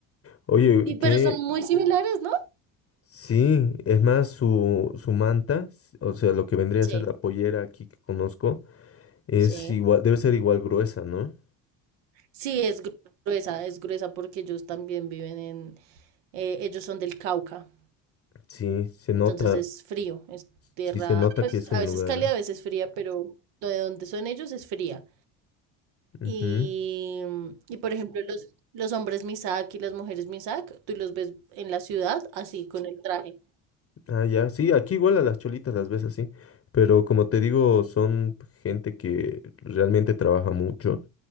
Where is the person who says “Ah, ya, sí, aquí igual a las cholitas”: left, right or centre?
Left